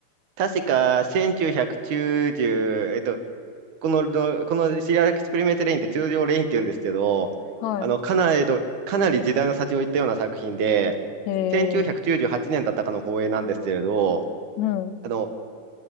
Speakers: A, on the right; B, on the left.
A: 確か1990、えっと、この、のこのシリアルエクスペリメントレインって通常レインって言うんですけど、
B: は
A: あの、かなり、えっと、かなり時代の先を行ったような作品で、
B: い。え
A: 1998年だったかの放映なんですけれど、
B: ー、うん。
A: あの